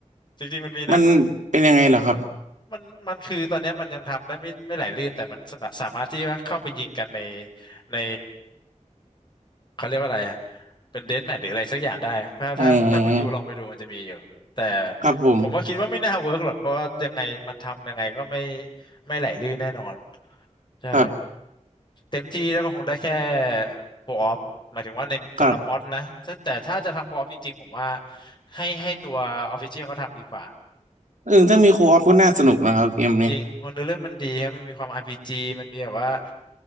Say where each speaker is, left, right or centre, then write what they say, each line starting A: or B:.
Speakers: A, on the left (about 35°); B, on the right (about 85°).
A: จริงๆมันมีนะ
B: มันเป็นยังไงเหรอครับ
A: มันมันคือตอนเนี้ยมันยังทำได้ไม่ไม่ไหลลื่นแต่มันสาสามารถที่ว่าเข้าไปยิงกันในในเขาเรียกว่าอะไรอะเป็นเดธแมทหรืออะไรสักอย่างได้ถ้าถ้าถ้าคุณยูลองไปดูมันจะมีอยู่แต่
B: อ๋อครับผม
A: ผมว่าคิดว่าไม่น่าเวิร์กหรอกเพราะว่ายังไงมันทำยังไงก็ไม่ไม่ไหลลื่นแน่นอนใช่
B: ครับ
A: เต็มที่แล้วก็คงได้แค่โคออฟหมายถึงว่าในสำหรับมอดนะแต่แต่ถ้าจะทำโคออฟจริงๆผมว่า
B: ครับ
A: ให้ให้ตัวออฟฟิเชียลเขาทำดีกว่า
B: เออถ้ามีโคออฟก็น่าสนุกนะครับเกมนี้
A: จริงคนเนื้อเรื่องมันดีครับมันมีความ RPG มันมีแบบว่า